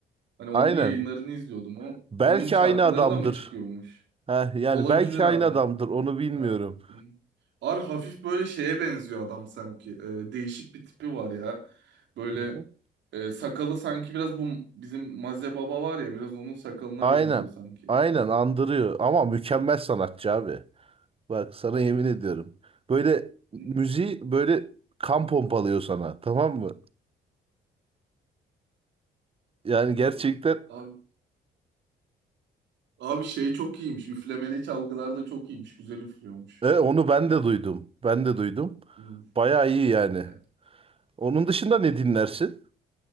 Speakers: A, on the right; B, on the right.
A: Hani onun
B: Aynen.
A: yayınlarını izliyordum. O,
B: Belki
A: onun şarkıları
B: aynı adamdır.
A: da mı çıkıyormuş?
B: Heh, yani
A: Olabilir
B: belki
A: abi.
B: aynı adamdır onu bilmiyorum.
A: Ha. hı. Abi hafif böyle şeye benziyor adam sanki. Ee, değişik bir tipi var ya. Böyle
B: Hı hı.
A: e, sakalı sanki biraz bu bizim Maze Baba var ya biraz onun sakalına
B: Aynen.
A: benziyor sanki.
B: Aynen andırıyor ama mükemmel sanatçı abi. Bak sana yemin
A: Hı.
B: ediyorum. Böyle müziği
A: Hı hı.
B: böyle kan pompalıyor sana tamam mı? Yani gerçekten
A: Vallahi. Abi, abi şey çok iyiymiş. Üflemeli çalgılarda çok iyiymiş. Güzel üflüyormuş.
B: e, onu ben de duydum. Ben de duydum.
A: Hı.
B: Bayağı iyi yani.
A: Yani.
B: Onun dışında ne dinlersin?